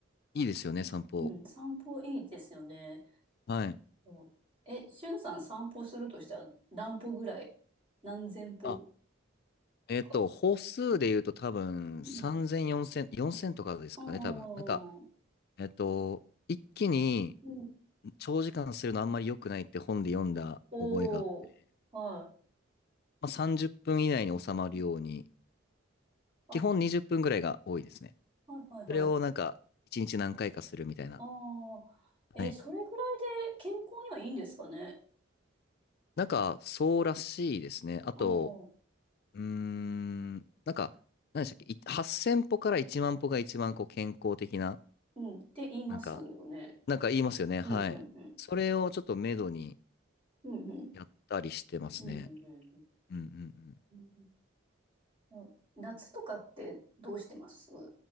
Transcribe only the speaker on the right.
うん、散歩いいですよね。
そうえ、しゅんさん散歩するとしたら何歩ぐらい何千歩
とか。
うん。
ああ
ー、
うん。
おー、は
い。あ、
はいはいはい。
ああ、えー、
それぐらいで健康にはいいんですかね。
ああ、
うん、って言いますよね。
うんうんうん。
うんうん。
うんうんうん
うん。うん夏とかってどうしてます